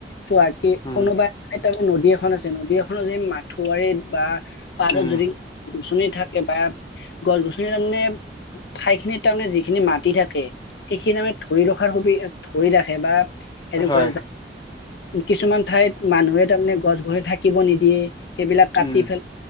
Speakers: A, on the left; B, on the left.
A: চি
B: উম
A: কোনোবা তাৰমান নদী এখন আছে নদী এখনৰ যে মাথাৰ বা পাৰত
B: উম
A: যদিচনি থাকে বা গছ গছন তাৰানে ঠাই খিনিৰ তাৰমানে যিখিনি মাটি থাকে সেইখিনি আমে ধৰি ৰখাৰ সুবিধ ধৰি ৰাখে বা সেইটো
B: হয়
A: কৰে কিছুমান ঠাইত মানুহে তাৰমানে গছ গৰে থাকিব নিদিয়ে সেইবিলাক কাটি
B: উম
A: ফেল